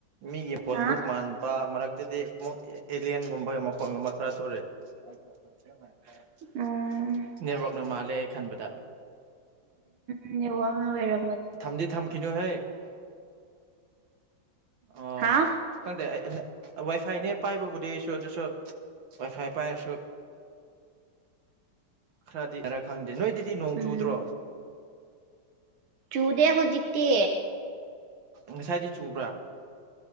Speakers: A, on the right; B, on the right.
A: ꯃꯤꯒꯤ ꯃꯈꯣꯟ
B: ꯍꯥ
A: ꯑꯃꯨꯛ ꯃꯥꯟꯕ ꯃꯔꯛꯇꯗꯤ ꯑꯦꯂꯤꯂꯤꯌꯥꯟꯒꯨꯝꯕ ꯃꯈꯣꯟꯒꯨꯝꯕ ꯈꯔ ꯊꯣꯛꯑꯛꯦ <unintelligible>
B: ꯎꯝ
A: ꯅꯦꯠꯋꯥꯛꯅ ꯃꯥꯜꯂꯦ ꯑꯩ ꯈꯟꯕꯗ
B: ꯎꯝ ꯌꯦ ꯋꯥꯉ ꯑꯣꯏꯔꯝ
A: ꯊꯝꯗꯤ ꯊꯝꯈꯤꯅꯨꯍꯦ ꯑꯣ
B: ꯍꯥ
A: ꯈꯪꯗꯦ ꯋꯥꯏꯐꯥꯏꯅꯦ ꯄꯥꯏꯕꯕꯨꯗꯤ ꯑꯩꯁꯨ ꯑꯗꯨꯁꯨ ꯋꯥꯏ ꯐꯥꯏ ꯄꯥꯏꯔꯁꯨ ꯈꯔꯗꯤ ꯈꯔ ꯈꯪꯗꯦ ꯅꯣꯏꯗꯤ ꯗꯤ ꯅꯣꯡ
B: ꯎꯝ
A: ꯆꯨꯗ꯭ꯔꯣ
B: ꯆꯨꯗꯦ ꯍꯧꯖꯤꯛꯇꯤ
A: ꯉꯁꯥꯏꯗꯤ ꯆꯨꯕ꯭ꯔꯥ